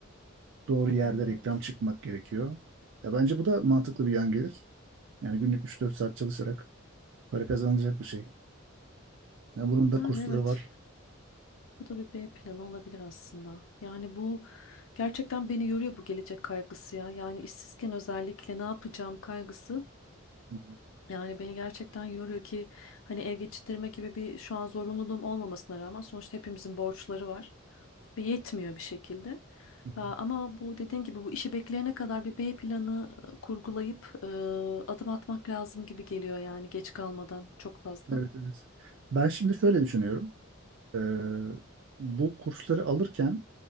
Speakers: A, on the right; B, on the left.
A: Doğru yerde
B: evet.
A: reklam çıkmak gerekiyor. Ya bence bu da mantıklı bir yan gelir. Yani günlük 3-4 saat çalışarak para kazanılacak bir şey. Ya bunun da
B: Yani
A: kursları
B: evet.
A: var.
B: Bu da bir B planı olabilir aslında. Yani bu gerçekten beni yoruyor bu gelecek kaygısı ya. Yani işsizken özellikle ne yapacağım kaygısı.
A: Hı hı,
B: Yani beni gerçekten yoruyor ki hani ev geçindirme gibi bir şu an zorunluluğum olmamasına rağmen sonuçta hepimizin borçları var ve yetmiyor bir şekilde.
A: hı hı.
B: Aa, Ama bu dediğin gibi bu işi bekleyene kadar bir B planı e, kurgulayıp e, adım atmak lazım gibi geliyor yani geç kalmadan çok fazla.
A: Evet evet. Ben şimdi şöyle düşünüyorum. E, bu kursları alırken